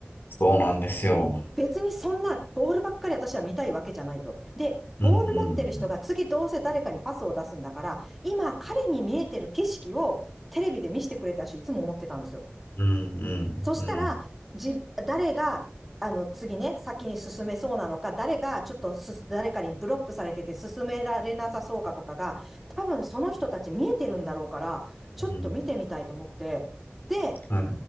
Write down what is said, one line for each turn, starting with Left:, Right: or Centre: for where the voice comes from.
Left: そうなんですよ。
Centre: 別にそんなボールばっかり私は見たいわけじゃないと。で、
Left: うんうん。
Centre: ボール持ってる人が次どうせ誰かにパスを出すんだから、今彼に見えてる景色をテレビで見せてくれたし、いつも思ってたんですよ。
Left: うんうんうん
Centre: そしたら、じ、誰が、あの、次ね、先に進めそうなのか、誰がちょっとす、誰かにブロックされてて進められなさそうかとかが、多分その人たち見えてるんだろうから、ちょっと見てみたいと思って、
Left: うん。
Centre: で、
Left: はい。